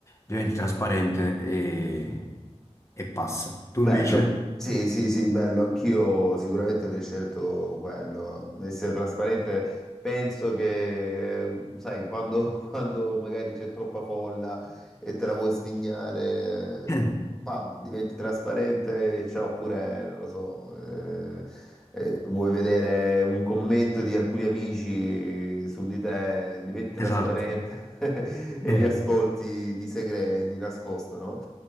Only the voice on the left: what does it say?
diventi trasparente e, e passa. Tu
invece?
<laughs>
Esatto,
eh,